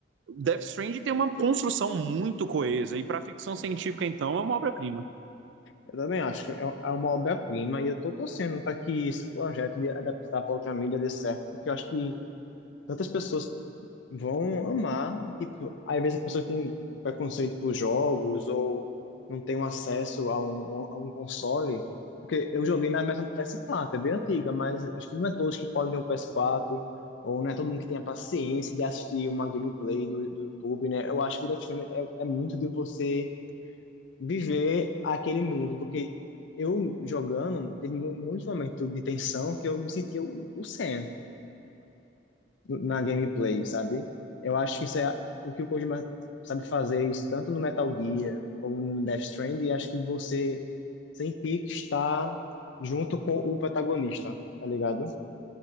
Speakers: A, on the right; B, on the left.
A: Death Stranding tem uma construção muito coesa e para ficção científica então é uma obra-prima.
B: Eu também acho que é é uma obra-prima e eu tô torcendo para que esse projeto de adaptar para outra mídia dê certo, porque eu acho que tantas pessoas vão amar. Tipo, às vezes as pessoas têm preconceito por jogos ou não têm um acesso a um, a um console. Porque eu joguei na mesa do PS4, é bem antiga, mas acho que não é todos que podem ter um PS4, ou não é todo mundo que tem a paciência de assistir uma gameplay do, do YouTube, né? Eu acho que o Death Stranding é, é muito de você viver aquele mundo, porque eu jogando, teve mu- muitos momentos de tensão que eu me sentia o, o Sam na gameplay, sabe? Eu acho que isso é o que o Kojima sabe fazer, isso tanto no Metal Gear como no Death Stranding, e acho que você sentir que está junto com o protagonista, tá ligado?